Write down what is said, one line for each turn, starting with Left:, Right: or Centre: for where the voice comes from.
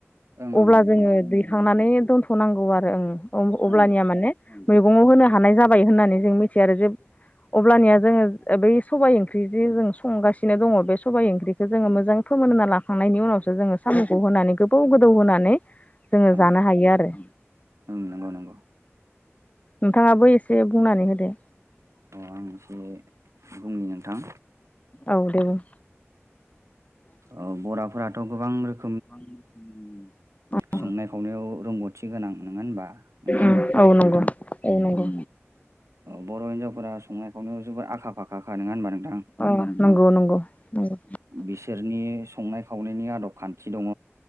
Right: ओं नंगौ
Left: अब्ला
Right: नंगौ
Left: जोङो दैखांनानै दोनथ'नांगौ आरो ओ अब्लानिया
Right: ओं
Left: माने मैगंआव होनो हानाय जाबाय होननानै जों मिथियो आरो जे अब्लानिया जोङो बै सबाय ओंख्रि जे जों संगासिनो दङ बे सबाय ओंख्रिखौ जोङो मोजां सोमोना लाखांनायनि उनावसो जोङो साम'खौ होनानै गोबौ गोदौ होनानै जोङो
Right: ओं
Left: जानो हायो आरो।
Right: ओं नंगौ नंगौ
Left: नोंथाङाबो एसे बुंनानै होदो
Right: अ आं एसे बुंनि नोंथां
Left: औ दे बुं।
Right: औ बराफोराथ' गोबां रोखोम
Left: <unintelligible>
Right: संनाय खावनायाव रोंगौथि गोनां ननोङा होनबा नोंथां
Left: उम औ नंगौ औ नंगौ
Right: बर' हिनजावफोरा संनायखौनो जोबोर आखा फाखाखा नङा होनबा नोंथां
Left: अ नंगौ नंगौ नंगौ
Right: बिसोरनि संनाय खावनायनि आदब खान्थि दङ